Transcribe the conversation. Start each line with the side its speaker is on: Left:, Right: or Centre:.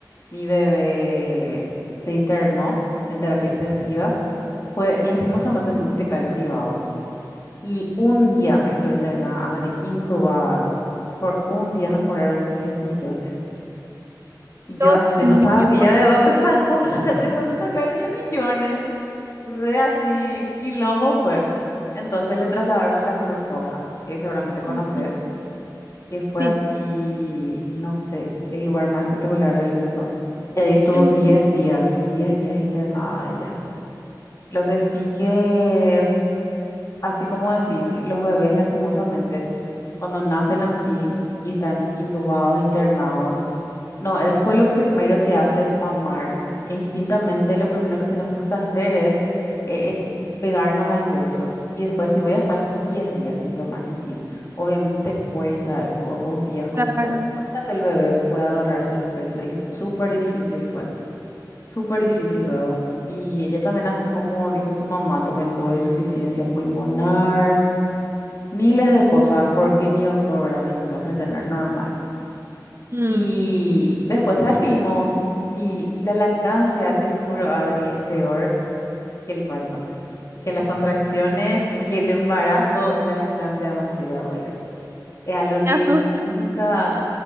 Left: Mi bebé se internó en terapia intensiva. Fue lastimosamente en un hospital privado. Y un día estuve internada, Adri, intubada. Por un día nos cobraron 10 millones. Y yo,
Right: Dios
Left: as- yo
Right: mío.
Left: no sabía de dónde sacar, <laughs> de dónde sacar 10 millones. Re así, quilombo fue. Entonces le trasladaron a la Cruz Roja, que seguramente conoces.
Right: Ujú.
Left: que fue
Right: Sí,
Left: así, no sé, el lugar más espectacular del mundo. Y ahí estuvo
Right: en
Left: 10
Right: serio.
Left: días, 10 días internada ella. Lo que sí que, así como decís, los bebés lastimosamente cuando nacen así y están intubados, internados, no, es pues lo primero que hacen mamar. E Instintamente lo primero que tenemos que hacer es, eh, es pegarnos al pecho. Y después si voy a estar 10 días sin tomar tití, obviamente te cuesta eso, o dos días, como
Right: Claro.
Left: sea, cuesta que el bebé pueda agarrarse al pecho. Y súper difícil fue, súper difícil luego. Y ella también, así como dijo tu mamá, también tuvo insuficiencia pulmonar miles de cosas porque mi doctor, ¿verdad? me quiso hacer tener normal.
Right: Mm.
Left: Y después salimos y la lactancia, te juro, Adri, es peor que el parto, que las contracciones y que el embarazo, la lactancia demasiado ya duele. Es algo que
Right: Me asustó.
Left: nunca,